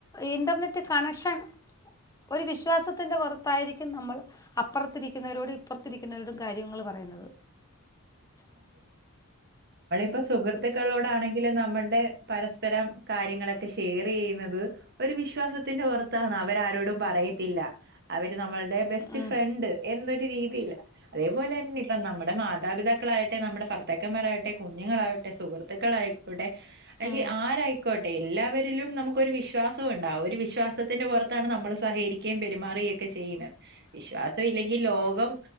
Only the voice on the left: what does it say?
ഇന്റർനെറ്റ് കണക്ഷൻ ഒരു വിശ്വാസത്തിന്റെ പുറത്തായിരിക്കും നമ്മൾ അപ്പുറത്തിരിക്കുന്നവരോടും ഇപ്പുറത്തിരിക്കുന്നവരോടും കാര്യങ്ങൾ പറയുന്നത്
ഉം,
ഉം,